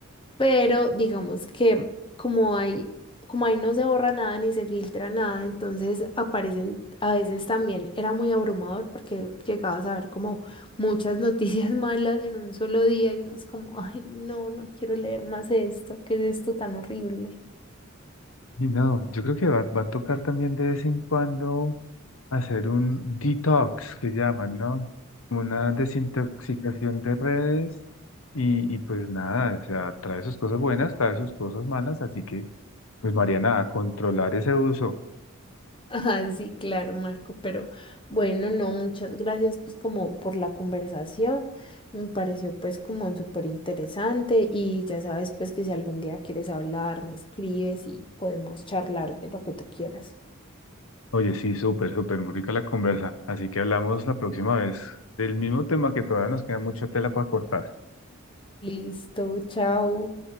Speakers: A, on the left; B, on the left.
A: pero digamos que como hay, como ahí no se borra nada ni se filtra nada, entonces aparecen a veces también, era muy abrumador porque llegabas a ver como muchas noticias <laughs> malas en un solo día y uno es como, ay, no, no quiero leer más esto, ¿qué es esto tan horrible?
B: Y no, yo creo que va, va a tocar también de vez en cuando hacer un detox, que llaman, ¿no? Como Una desintoxicación de redes y, y pues nada, o sea, trae sus cosas buenas, trae sus cosas malas, así que pues Mariana, a controlar ese uso.
A: Ajá, sí, claro, Marco, pero bueno, no, muchas gracias pues como por la conversación, me pareció pues como súper interesante y ya sabes pues que si algún día quieres hablar, me escribes y podemos charlar de lo que tú quieras.
B: Oye, sí, súper, súper, muy rica la conversa, así que hablamos la próxima vez del mismo tema que todavía nos queda mucha tela para cortar.
A: Listo, chao.